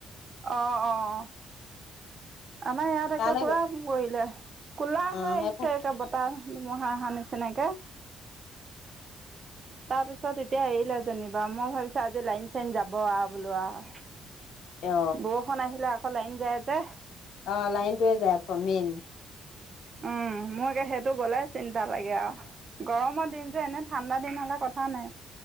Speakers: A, on the right; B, on the left.
A: অ'-অ'-অ'। আমাৰ ইয়াত
B: তালৈ
A: একে পুৰা
B: গল
A: পৰিলে কোলা
B: অ
A: হয়
B: সেই
A: আইছে
B: অ
A: একেবাৰে বতাহ মহা অহা নিচিনাকে। তাৰপিছত এতিয়া এৰিলে যেনিবা, মই ভাবিছো আজি লাইন-চাইন যাব আও বোলো আও।
B: অ
A: বৰষুণ আহিলে আ ফলাইন যায় যে।
B: অ' লাইনটোয়ে যায় <unintelligible> মেইন
A: উম মোৰে সেইটো গ'লে চিন্তা লাগে আও। গৰমৰ দিন যে এনে ঠাণ্ডা দিন হ'লে কথা নাই।